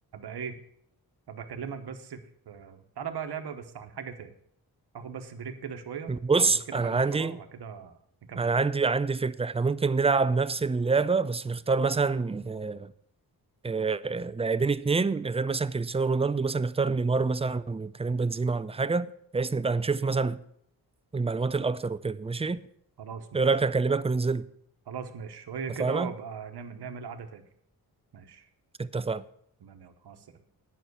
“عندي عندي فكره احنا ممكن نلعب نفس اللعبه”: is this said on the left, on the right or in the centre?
Right